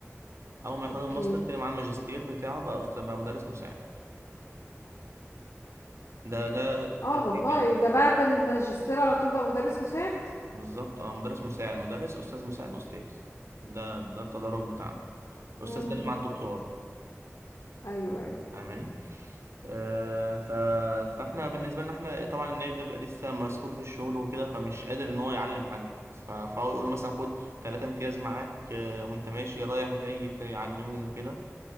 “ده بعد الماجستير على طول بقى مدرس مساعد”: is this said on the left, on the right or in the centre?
Left